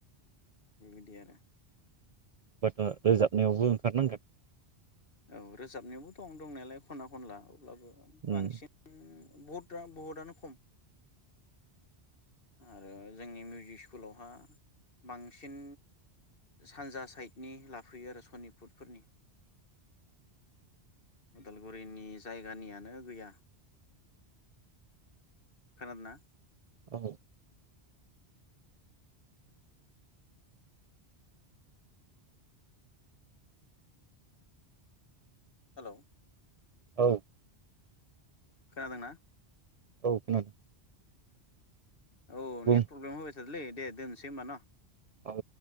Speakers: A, on the left; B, on the right.
A: बिदि आरो
B: होनबाथ' रोजाबनायावबो ओंखारनांगोन?
A: औ रोजाबनायावबो दं दंनायालाय खना खनला अब्लाबो
B: उम
A: बांसिन बहुद बहुदआनो खम आरो जोंनि मिउजिक स्कुलावहा बांसिन सानजा साइडनि लाफैयो आरो सनिटफुरफोरनि उदालगुरिनि जायगानिया नो <unintelligible> खोनादोंना?
B: औ
A: हेलौ
B: औ
A: खोनादोंना?
B: औ खोनादों
A: औ
B: बुं
A: नेट प्रब्लेम <unintelligible> दे दोनसै हबा न'?
B: औ